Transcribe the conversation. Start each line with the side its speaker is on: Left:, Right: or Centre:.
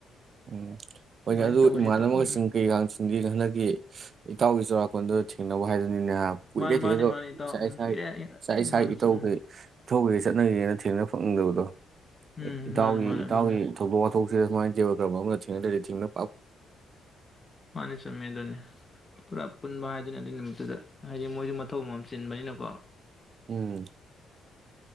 Right: ꯎꯝ ꯍꯣꯏꯅꯦ
Left: ꯑꯗꯨꯃꯥꯏꯅ
Right: ꯑꯗꯨ
Left: ꯇꯧꯁꯤ
Right: ꯏꯃꯥꯟꯅꯕꯒꯁꯤꯡ
Left: ꯏꯇꯥꯎ ꯎꯝ
Right: ꯀꯩꯀ ꯍꯟꯗꯛꯀꯤ ꯏꯇꯥꯎꯒꯤ ꯆꯨꯔꯥꯛꯀꯣꯟꯗ ꯊꯦꯡꯅꯕ ꯍꯥꯏꯗꯨꯅꯤ ꯀꯨꯏꯔꯦ
Left: ꯃꯥꯅꯤ ꯃꯥꯅꯤ
Right: ꯊꯦꯡꯅꯗ
Left: ꯃꯥꯅꯤ ꯏꯇꯥꯎ
Right: ꯏꯁꯥ
Left: ꯎꯝ
Right: ꯏꯁꯥ
Left: ꯀꯨꯏꯔꯦ
Right: ꯏꯁꯥ
Left: ꯃꯥꯅꯤ
Right: ꯏꯁꯥꯒꯤ ꯏꯊꯧ
Left: ꯆꯨꯝꯃꯤ
Right: ꯈꯩ ꯆꯠꯅꯒꯤꯒꯥꯟꯗ ꯊꯦꯡꯅ ꯐꯪꯗꯕꯗꯣ
Left: ꯎꯝ
Right: ꯏꯇꯥꯎꯒꯤ
Left: ꯃꯥꯅꯤ ꯃꯥꯅꯤ
Right: ꯏꯇꯥꯎꯒꯤ
Left: ꯑꯗꯨꯅꯤ
Right: ꯊꯧꯗꯣꯛ ꯋꯥꯊꯣꯛ <unintelligible> <unintelligible> ꯊꯦꯡꯅꯗꯤ ꯊꯦꯡꯅꯧ
Left: ꯃꯥꯅꯤ ꯆꯨꯃꯦ ꯑꯗꯨꯅꯤ ꯄꯨꯔꯥ ꯄꯨꯟꯕ ꯍꯥꯏꯗꯨꯅꯤ ꯑꯗꯨꯏ ꯅꯨꯃꯤꯠꯇꯨꯗ ꯍꯥꯏꯗꯤ ꯃꯣꯏꯁꯨ ꯃꯊꯧ ꯑꯃꯝ ꯆꯤꯟꯕꯅꯤꯅꯀꯣ
Right: ꯎꯝ